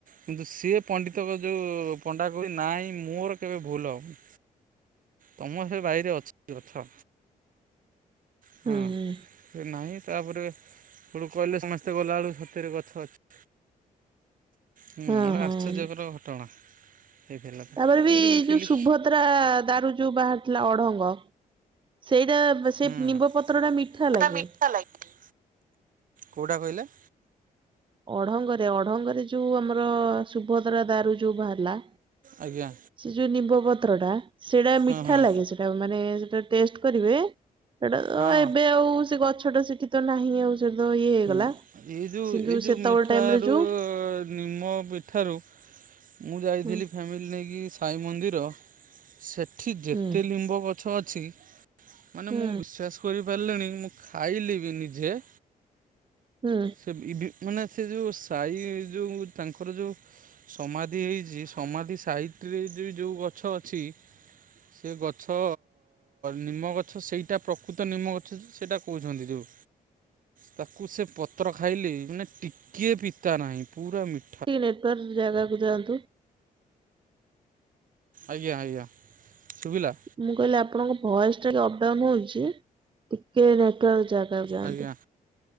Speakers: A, on the right; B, on the right.
A: କିନ୍ତୁ ସେ ପଣ୍ଡିତଙ୍କ ଯେଉଁ ପଣ୍ଡା କହୁଛି ନାଇଁ ମୋର କେବେ ଭୁଲହବ ତମ ସେ ବାଇରେ ଅଛି ଗଛ। ହଁ।
B: ହୁଁ ହୁଁ
A: ସେ ନାହିଁ ତାପରେ ସେତେବେଳୁ କହିଲେ ସମସ୍ତେ ଗଲାବେଳକୁ ସତରେ ଗଛ ଅଛି। ହୁଁ
B: ହଁ
A: ଗୋଟେ
B: ହଁ
A: ଆଶ୍ଚର୍ଯ୍ୟକର ଘଟଣା। ହେଇଥିଲା।
B: ତାପରେ ବି
A: ଏମିତି ମୁଁ ଥିଲି
B: <unintelligible> ଦାରୁ ଯୋଉ ବାହାରିଥିଲା ଅଢଙ୍ଗ, ସେଇଟା ସେ
A: ହୁଁ।
B: ନିମ୍ବ ପତ୍ରଟା ମିଠା ଲାଗେ।
A: ଟା ମିଠା ଲାଗେ। କୋଉଟା କହିଲେ?
B: ଅଢଙ୍ଗରେ ଅଢଙ୍ଗରେ ଯୋଉ ଆମର ସୁଭଦ୍ରା ଦାରୁ ଯୋଉ ବାହାରିଲା
A: ଆଜ୍ଞା।
B: ସେ ଯୋଉ ନିମ୍ବ ପତ୍ର ଟା, ସେଇଟା
A: ହଁ
B: ମିଠା
A: ହଁ।
B: ଲାଗେ। ସେଟା ମାନେ ସେଟା ଟେଷ୍ଟ କରିବେ ସେଟା ତ
A: ହଁ
B: ଏବେ ଆଉ ସେ ଗଛଟା ସେଠି ତ ନାହିଁ ଆଉ ସେଠି ତ ଇଏ ହେଇଗଲା।
A: ହୁଁ। ଏଇ ଯୋଉ
B: କିନ୍ତୁ
A: ଏଇ ଯୋଉ
B: ସେତେବେଳେ
A: ମିଠାରୁ
B: ଟାଇମ ରେ ଯୋଉ
A: ନିମ ମିଠାରୁ ମୁଁ ଯାଇଥିଲି
B: ହୁଁ
A: ଫ୍ୟାମିଲି ନେଇକି ସାଇ ମନ୍ଦିର, ସେଠି ଯେତେ
B: ହୁଁ
A: ଲିମ୍ବ ଗଛ ଅଛି ମାନେ
B: ହୁଁ
A: ମୁଁ ବିଶ୍ୱାସ କରିପାରିଲିଣି ମୁଁ ଖାଇଲି ବି ନିଜେ
B: ହୁଁ।
A: ସେ <unintelligible> ସେ ଯୋଉ ସାଇ ଯୋଉ ତାଙ୍କର ଯୋଉ ସମାଧି ହେଇଚି ସମାଧି ସାଇଟ୍ ରେ ବି ଯୋଉ ଯୋଉ ଗଛ ଅଛି ସେ ଗଛ ନିମଗଛ ସେଇଟା ପ୍ରକୃତ ନିମ ଗଛ ସେଇଟା କହୁଛନ୍ତି ଯୋଉ। ତାକୁ ସେ ପତ୍ର ଖାଇଲି ମାନେ ଟିକିଏ ପିତା ନାହିଁ। ପୁରା ମି
B: ଟିକେ ନେଟୱର୍କ ଜାଗାକୁ ଯାଆନ୍ତୁ।
A: ଆଜ୍ଞା ଆଜ୍ଞା। ଶୁବିଲା?
B: ମୁଁ କହିଲି ଆପଣଙ୍କ ଭଏସ୍ ଟା ଅପ୍ ଡାଉନ୍ ହଉଚି। ଟିକେ ନେଟୱର୍କ ଯାଗା କୁ ଯାଆନ୍ତୁ।
A: ଆଜ୍ଞା